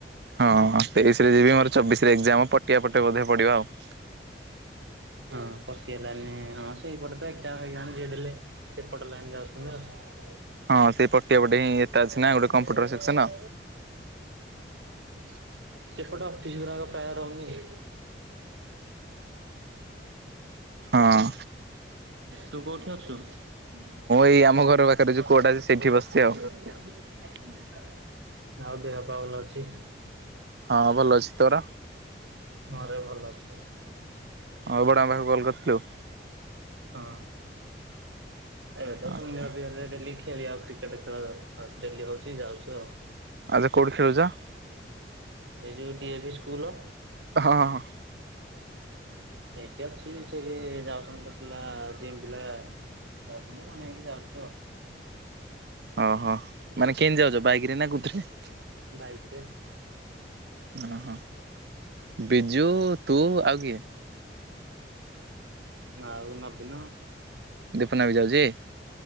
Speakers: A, on the right; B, on the right.
A: ହଁ ତେଇସି ରେ ଯିବି ମୋର ଚବିସିରେ ଏଜାମ ପଟିଆ ପଟେ ବୋଧେ ପଢ଼ିବ ଆଉ।
B: ହଁ ପଟିଆଲାଇନି ହଁ ସେଇପଟେ ଏକ୍ସାମ ଫେକଜାମ୍ ଯିଏ ଦେଲେ ଏପଟ ଲାଇନ୍ ଯାଉସନ୍ତି ଆଉ।
A: ହଁ ସେଇ ପଟିଆ ପଟେ ହିଁ ଏଟା ଅଛି ନା ଗୋଟେ କମ୍ପୁଟର ସେକ୍ସନ।
B: ସେପଟେ ଅଫିସ ଗୁରାକ ପ୍ରାୟ ରହୁନି ଇ?
A: ହଁ।
B: ତୁ କୋଉଠି ଅଛୁ? ମୁଁ
A: ଏଇ ଆମ ଘର
B: ଏଇ ଆମ
A: ଯୋଉ
B: ଘର
A: କୁଅଟା
B: ପାଖରେ
A: ଅଛି
B: ଗୋଟେ
A: ସେଇଠି
B: ଦୋରା
A: ବସିଛି
B: ଅଛି ସେଠି
A: ଆଉ।
B: ବସିଚି ଆଉ। ଆଉ ଦେହ ପାଆ ଭଲ ଅଛି?
A: ହଁ ଭଲ ଅଛି ତୋର
B: ମୋର ବି ଭଲ ଅଛି।
A: ଆଉ ବଡା ପାଖୁଁ କଲ୍ କରିଥିଲୁ?
B: ହଁ ଏବେ ତ
A: ଆଚ୍ଛା।
B: ସଂଧ୍ୟା ଉଦି ହେଲେ ଡେଲି ଖେଳିଆଉ ଟି ଏବେ ତ ଆଉ ସେ ଡେଲି ହଉଚି ଯାଉଚୁ ଆଉ।
A: ଆଜି କୋଉଠି ଖେଳୁଚ?
B: ସେଇ ଯୋଉ ଡି ଏ ଭି ସ୍କୁଲ।
A: ହଁ ହଁ।
B: ସେଇଠି ଅଛି ସେଠି ଯାଉଛନ୍ତି ତ ପିଲା ଜିମ୍ ପିଲା। ଯାଉଚନ୍ତି କଣେଇକି ଯାଉଚୁ ଅ।
A: ଅହ ମାନେ କେନ୍ତି ଯାଉଚ ବାଇକରେ ନା କୋଉଥିରେ?
B: ବାଇକରେ।
A: ଅହ ବିଜୁ ତୁ ଆଉ କିଏ?
B: ନାଁ ଆଉ ନବୀନ।
A: ଦୀପୁନା ବି ଯାଉଚି?